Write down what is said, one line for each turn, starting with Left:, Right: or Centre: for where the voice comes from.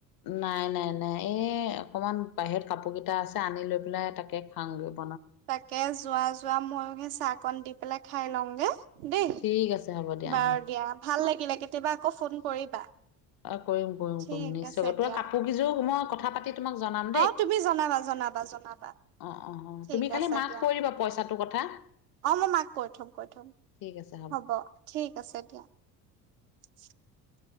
Left: নাই নাই নাই। এই অকমান বাহিৰত কাপোৰ কেইটা আছে, আনি লৈ পেলাই তাকে খাওঁগৈ বুলি।
Right: তাকে যোৱা যোৱা, ময়ো সেই চাহকণ দি পেলাই খাই লওঁগে। দেই
Left: ঠিক আছে হ'ব
Right: বাৰু
Left: অ'।
Right: দিয়া ভাল লাগিলে কেতিয়াবা আকৌ ফোন কৰিবা
Left: অহ' কৰিম, কৰিম,
Right: ঠিক
Left: কৰিম নিশ্চয়
Right: আছে
Left: কৰিম। তোমাৰ
Right: দিয়া
Left: কাপোৰ গিজোৰ হ <unintelligible> মই কথা পাতি। তোমাক জনাম
Right: অ' তুমি জনাবা, জনাবা, জনাবা।
Left: অহ', অহ', অহ'
Right: ঠিক
Left: তুমি খালি
Right: আছে
Left: মাক
Right: দিয়া।
Left: কৈ দিবা পইচাটোৰ কথা।
Right: অ মই মাক কৈ থম কৈ থম
Left: ঠিক আছে
Right: হ'ব ঠিক আছে দিয়া <unintelligible>